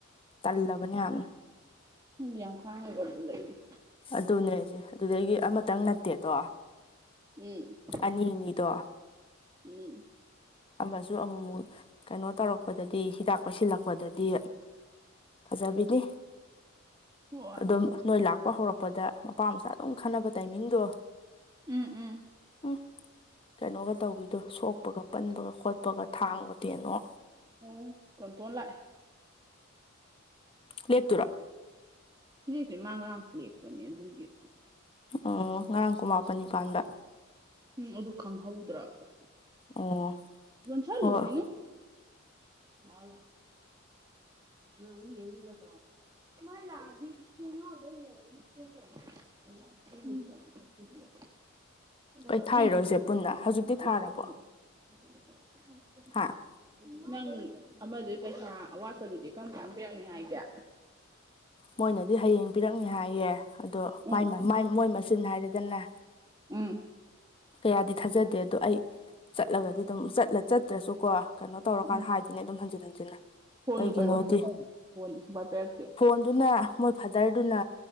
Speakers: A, on the left (about 25°); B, on the right (about 20°).
A: ꯇꯜꯂꯕꯅꯦ ꯌꯥꯝꯅ
B: ꯅꯗꯤ ꯌꯥꯝ ꯈꯥꯡꯉꯒꯕꯨ ꯂꯩꯔꯤ
A: ꯑꯗꯨꯅꯦ ꯍꯥꯢꯁꯦ ꯑꯗꯨꯗꯒꯤ ꯑꯃꯇꯪ ꯅꯠꯇꯦꯗꯣ
B: ꯎꯝ
A: ꯑꯅꯤꯅꯤꯗꯣ
B: ꯎꯝ
A: ꯑꯃꯁꯨ ꯑꯃꯨꯛꯃꯨꯛ ꯀꯩꯅꯣ ꯇꯧꯔꯛꯄꯗꯗꯤ ꯍꯤꯗꯥꯛ ꯀꯣꯏꯁꯤꯜꯂꯛꯄꯗꯗꯤ ꯐꯖꯕꯤꯗꯤ
B: ꯍꯣꯏ
A: ꯑꯗꯨꯝ ꯅꯣꯏ ꯂꯥꯛꯄ ꯍꯧꯔꯛꯄꯗ ꯃꯄꯥ ꯃꯆꯥ ꯑꯗꯨꯝ ꯈꯟꯅꯕ ꯇꯥꯏꯃꯤꯡꯗꯣ
B: ꯎꯝ ꯎꯝ
A: ꯎꯝ ꯀꯩꯅꯣꯒ ꯇꯧꯕꯤꯗꯣ ꯁꯣꯛꯄꯒ ꯄꯟꯕꯒ ꯈꯣꯠꯄꯒ ꯊꯥꯡꯋꯣ ꯇꯦꯟꯋꯣ
B: ꯑꯣ ꯇꯣꯟ ꯇꯣꯟ ꯂꯥꯛꯑꯦ
A: ꯂꯦꯞꯇꯨꯔꯣ
B: ꯂꯦꯛꯇꯦ ꯃꯥꯥ ꯉꯥꯔꯡꯄꯨ ꯂꯦꯛꯄꯅꯤ ꯑꯗꯨꯒꯤ
A: ꯑꯣ ꯉꯔꯥꯡ ꯀꯨꯟꯃꯥꯄꯟꯅꯤ ꯄꯥꯟꯕ
B: ꯎꯝ ꯑꯗꯨ ꯈꯪꯍꯧꯗ꯭ꯔꯕ
A: ꯑꯣ
B: ꯌꯣꯟꯁꯜꯂꯨꯈꯤꯅꯨ
A: ꯍꯣꯏ
B: <unintelligible> ꯅꯃꯨ ꯌꯦꯡꯅꯤ ꯅꯇ꯭ꯔꯣ ꯃꯥꯥꯏ ꯂꯥꯛꯑꯗꯤ ꯊꯣꯡꯅꯥꯎꯗꯩ <unintelligible> <unintelligible> ꯄꯣꯂꯞ
A: ꯀꯩ ꯊꯥꯔꯤꯔꯣꯏꯁꯦ
B: ꯅꯪ ꯄꯩꯁꯥ <unintelligible>
A: ꯄꯨꯟꯅ ꯍꯧꯖꯤꯛꯇꯤ ꯊꯥꯔꯕꯣ ꯍꯥꯥ
B: ꯅꯪ ꯑꯃꯗꯨꯏ ꯄꯩꯁꯥ ꯑꯋꯥꯠꯄꯗꯨꯗꯤ ꯀꯔꯝ ꯀꯥꯟ ꯄꯤꯔꯛꯅꯤ ꯍꯥꯏꯒꯦ
A: ꯃꯣꯏꯅꯗꯤ ꯍꯌꯦꯡ ꯄꯤꯔꯛꯅꯤ ꯍꯥꯏꯌꯦ ꯑꯗꯣ
B: ꯎꯝ
A: ꯃꯥꯢ ꯃꯥ ꯃꯥꯏ ꯃꯣꯏ ꯃꯆꯤꯟ ꯍꯥꯏꯔꯦꯗꯅꯦ
B: ꯎꯝ
A: ꯀꯌꯥꯗꯤ ꯊꯥꯖꯗꯦ ꯑꯗꯣ ꯑꯩ ꯆꯠꯂꯒꯗꯤ ꯑꯗꯨꯝ ꯆꯠꯂ ꯆꯠꯇ꯭ꯔꯁꯨ ꯀꯣ ꯀꯩꯅꯣ ꯇꯧꯔꯀꯥꯟꯗ
B: ꯎꯝ
A: ꯍꯥꯏꯗꯨꯅꯦ ꯑꯗꯨꯝ ꯍꯟꯖꯤꯟ ꯍꯟꯖꯤꯟꯅ
B: ꯐꯣꯟꯗꯣ
A: ꯀꯩꯒꯤꯅꯣꯗꯤ
B: ꯄꯥꯏꯔꯛꯑꯣ <unintelligible> ꯐꯣꯟꯗꯤ ꯁꯨꯡꯄꯥꯏ ꯄꯥꯏꯔꯛꯇꯦ
A: ꯑꯗꯨꯅ ꯃꯣꯏ ꯐꯥꯗ꯭ꯔꯗꯨꯅ